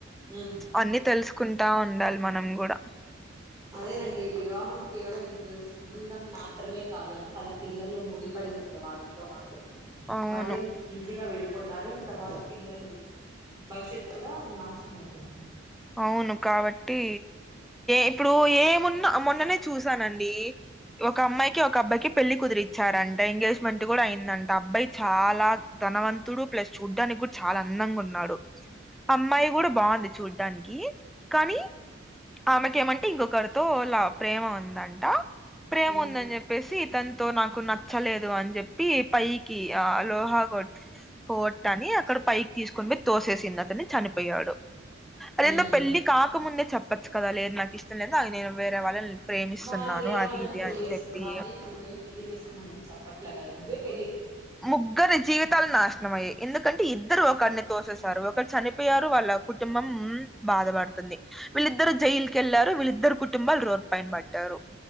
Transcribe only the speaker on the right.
ఉమ్
అదేనండి వివాహం కేవలం ఇద్దరు సంబంధం మాత్రమే కాదు అంటే వాళ్ల పిల్లలు ముడిపడి ఉంటది వాళ్ళ తో పాటే
మళ్ళీ ఈజీగా విడిపోతారు ఇంకా తర్వాత పిల్లలు భవిష్యత్ కూడా నాశనం అయిపోతుంది
ఉమ్
ఉమ్
వాళ్ళు వేరే
వాళ్ళనే
పెళ్లి
చేసుకుంటారు
వాళ్ళేం నిన్నేం పెళ్లి చేసుకోమని చెప్పట్లే కదా నువ్వే పెళ్ళి